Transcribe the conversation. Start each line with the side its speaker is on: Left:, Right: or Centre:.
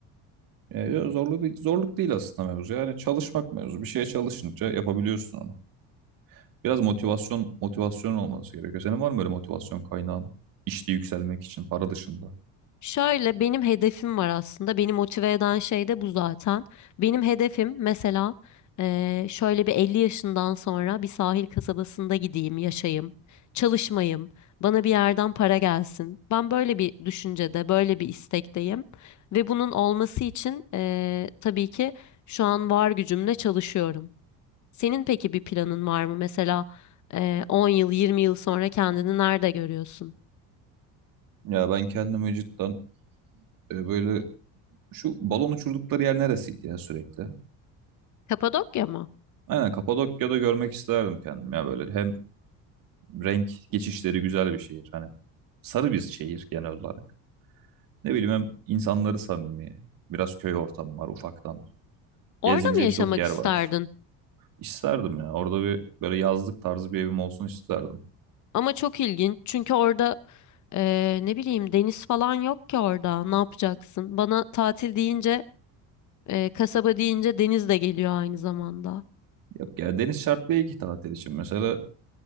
Right: Ee, ya zorluk değil, zorluk değil aslında mevzu. Yani çalışmak mevzu. Bir şeye çalışınca yapabiliyorsun onu. Biraz motivasyon motivasyon olması gerekiyor. Senin var mı böyle motivasyon kaynağın işte yükselmek için para dışında?
Left: Şöyle benim hedefim var aslında. Beni motive eden şey de bu zaten. Benim hedefim mesela eee, şöyle bir 50 yaşından sonra bir sahil kasabasında gideyim, yaşayayım, çalışmayayım, bana bir yerden para gelsin. Ben böyle bir düşüncede, böyle bir istekteyim. Ve bunun olması için eee, tabii ki şu an var gücümle çalışıyorum. Senin peki bir planın var mı? Mesela eee, 10 yıl, 20 yıl sonra kendini nerede görüyorsun?
Right: Ya ben kendimi cidden e, böyle Şu balon uçurdukları yer neresiydi ya sürekli?
Left: Kapadokya mı?
Right: Aynen Kapadokya'da görmek isterdim kendim ya böyle. Hem renk geçişleri güzel bir şehir. Hani sarı bir şehir genel olarak. Ne bileyim hem insanları samimi. Biraz köy ortamı var ufaktan.
Left: Orada
Right: Gezilecek
Left: mı yaşamak
Right: çok yer
Left: isterdin?
Right: var. İsterdim ya. Orada bir böyle yazlık tarzı bir evim olsun isterdim.
Left: Ama çok ilginç çünkü orada eee, ne bileyim deniz falan yok ki orada. Ne yapacaksın? Bana tatil deyince, eee, kasaba deyince deniz de geliyor aynı zamanda.
Right: Yok ya deniz şart değil ki tatil için. Mesela